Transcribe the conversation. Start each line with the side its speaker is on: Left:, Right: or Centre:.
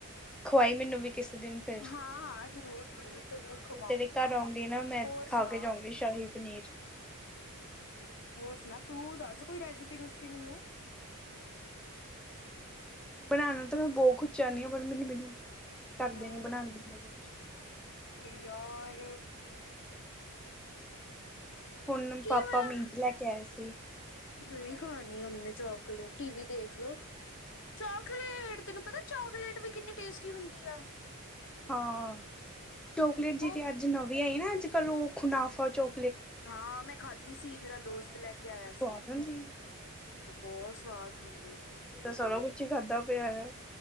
Centre: ਖੁਵਾਈ ਮੈਨੂੰ ਵੀ ਕਿਸ ਦਿਨ ਫਿਰ
Left: ਹਾਂ ਹਾਂ ਜ਼ਰੂਰ ਜ਼ਰੂਰ ਤੈਨੂੰ ਖਵਾਉਂਗੀ
Centre: ਜੋ ਤੇਰੇ ਘਰ ਆਉਂਗੀ ਨਾ ਮੈਂ
Left: ਹੋਰ
Centre: ਖਾ
Left: ਸੁਣਾ
Centre: ਕੇ ਜਾਊਂਗੀ ਸ਼ਾਹੀ ਪਨੀਰ
Left: ਹੋਰ ਸੁਣਾ ਤੂੰ ਦੱਸ ਕੋਈ ਰੈਸਪੀ ਰੂਸਪੀ ਮੈਨੂੰ
Centre: ਬਣਾਣਾ ਤਾਂ ਮੈਂ ਬਹੁਤ ਕੁੱਛ ਚਾਹੁਣੀ ਹਾਂ ਪਰ ਮੈਨੂੰ ਮੇ ਕਰਦੇ
Left: ਹਾਂ
Centre: ਨੀ ਬਣਾ ਦੇਦੇ ਕੁਛ
Left: ਯਾਰ।
Centre: ਹੁਣ
Left: ਕੀ
Centre: ਪਾਪਾ
Left: ਹੋਇਆ
Centre: ਮੀਟ ਲੈ ਕੇ ਆਏ ਸੀ
Left: ਨਹੀ ਖਾਣੀ ਹਮਨੇ ਚਾਕਲੇਟ ਟੀ ਵੀ ਦੇਖ ਲੋ ਚੋਕਲੇਟ ਤੈਨੂੰ ਪਤਾ ਚੋਕਲੇਟ ਵੀ ਕਿੰਨੀ ਟੇਸਟੀ ਹੁੰਦੀ ਆ।
Centre: ਹਾਂ ਚੋਕਲੇਟ ਜਿਦੀ
Left: ਉਹ
Centre: ਅੱਜ ਨਵੀਂ ਆਈ ਨਾ ਅੱਜ ਕੱਲ੍ਹ ਉਹ ਖੁਨਾਫ਼ਾ ਜੋ
Left: ਹਾਂ ਮੈਂ ਖਾਧੀ ਸੀ ਮੇਰਾ
Centre: ਹਾਂ
Left: ਦੋਸਤ ਲੈ ਕੇ ਆਇਆ
Centre: ਸਵਾਦ
Left: ਸੀ।
Centre: ਹੁੰਦੀ ਹੈ
Left: ਬਹੁਤ ਸਵਾਦ ਹੁੰ
Centre: ਮੈ ਸਾਰਾ ਕੁੱਛ ਹੀ ਖਾਧਾ। ਪਿਆ ਹੈ